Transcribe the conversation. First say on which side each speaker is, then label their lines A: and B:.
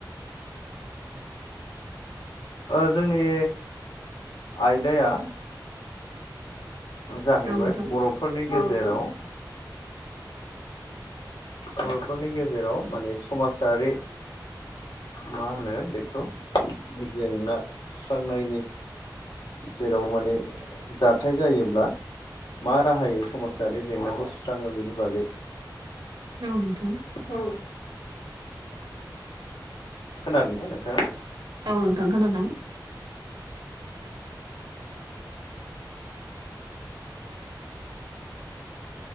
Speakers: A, on the left (about 85°); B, on the right (about 75°).
A: र' जोंनि आयदाया जाहैबाय
B: औ नोंथां
A: बर'फोरनि गेजेराव बर'फोरनि गेजेराव माने समाजारि मा होनो बेखौ जेंना सुस्रांनायनि जेराव माने जाथाय जायोब्ल मा राहायै समाजारि जेंनाखौ सुस्राङो बेनि बाग
B: औ नोथां?
A: <inaudible> खोनादों ना नोंथाङा?
B: औ नोंथां खोनादों।